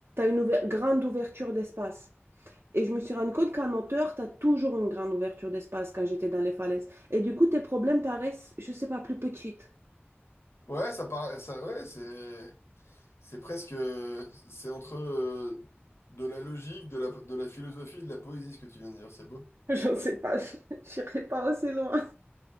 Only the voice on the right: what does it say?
une ouver- grande ouverture d'espace. Et je me suis rendu compte qu'en hauteur, tu as toujours une grande ouverture d'espace quand j'étais dans les falaises. Et du coup, tes problèmes paraissent, je sais pas, plus petites.
<laughs> J'en sais pas, je n'irai pas aussi loin.